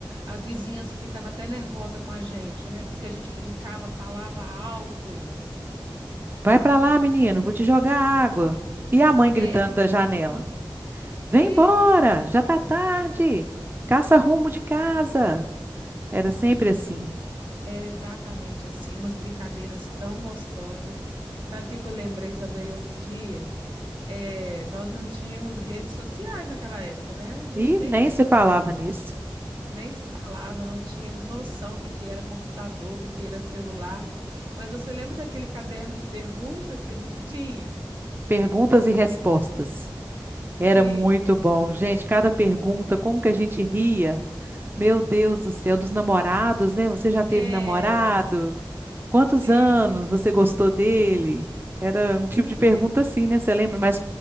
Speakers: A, on the right (about 70°); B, on the right (about 25°).
A: a vizinhança ficava até nervosa com a gente, né? Porque a gente brincava, falava alto.
B: Vai pra lá, menino, vou te jogar água. E a mãe gritando
A: É,
B: da janela.
A: <laughs> sim,
B: Vem embora, já tá tarde. Caça rumo de casa. Era sempre assim.
A: era exatamente assim, umas brincadeiras tão gostosas. Sabe o que que eu lembrei também outro dia? Eh, nós não tínhamos redes sociais naquela época, né? A gente
B: E
A: nem
B: nem se falava nisso.
A: Nem se falava, não tínhamos noção o que que era computador, o que que era celular. Mas você lembra daquele caderno de perguntas que a gente tinha?
B: Perguntas e respostas.
A: Sim,
B: Era muito bom, gente. Cada pergunta, como que a gente ria? Meu Deus do céu, dos namorados, né? Você já teve
A: é,
B: namorado? Quantos
A: sim,
B: anos você gostou dele? Era
A: sim.
B: um tipo de pergunta assim, né? Você lembra mais